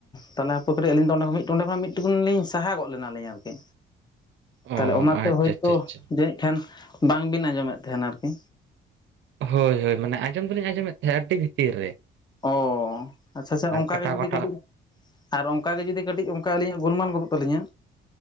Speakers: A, on the left; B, on the right.
A: ᱛᱟᱦᱚᱞᱮ ᱦᱟᱯᱮ ᱠᱟᱹᱴᱤᱡ ᱟᱹᱞᱤᱧ ᱫᱚᱸ ᱚᱸᱰᱮ ᱠᱷᱱᱟᱜ ᱢᱤᱫ ᱴᱩᱠᱩᱱ ᱞᱤᱧ ᱥᱟᱦᱟ ᱜᱚᱫ ᱞᱮᱱᱟᱞᱤᱧ ᱟᱨᱠᱤ᱾ ᱛᱟᱦᱞᱮ
B: ᱚ
A: ᱚᱱᱟᱛᱮ
B: ᱟᱪᱪᱷᱟ
A: ᱦᱳᱭᱛᱳ
B: ᱟᱪᱪᱷᱟ ᱟᱪᱪᱷᱟ
A: ᱡᱟᱹᱱᱤᱡ ᱠᱷᱟᱱ ᱵᱟᱝᱵᱤᱱ ᱟᱸᱡᱚᱢᱮᱫ ᱛᱟᱦᱮᱱᱟ ᱟᱨᱠᱤ᱾
B: ᱦᱳᱭᱼᱦᱳᱭ ᱢᱟᱱᱮ ᱟᱸᱡᱚᱢ ᱫᱚᱞᱤᱧ ᱟᱸᱡᱚᱢᱮᱫ ᱛᱟᱦᱮᱸᱫ ᱟᱹᱰᱤ ᱵᱷᱤᱛᱤᱨ ᱨᱮ᱾
A: ᱚᱻ ᱟᱪᱪᱷᱟᱼᱟᱪᱪᱷᱟ
B: ᱟᱨ
A: ᱚᱱᱠᱟᱜᱮ
B: ᱠᱟᱴᱟᱣ
A: ᱡᱩᱫᱤ
B: ᱠᱟᱴᱟᱣ
A: ᱠᱟᱹᱴᱤᱡ ᱟᱨ ᱚᱱᱠᱟ ᱜᱮ ᱡᱩᱫᱤ ᱠᱟ. ᱴᱤᱡ ᱚᱱᱠᱟ ᱜᱮ ᱟᱹᱞᱤᱧᱟᱜ ᱜᱩᱱᱢᱟᱱ ᱜᱚᱫᱚᱜ ᱛᱟᱹᱞᱤᱧᱟ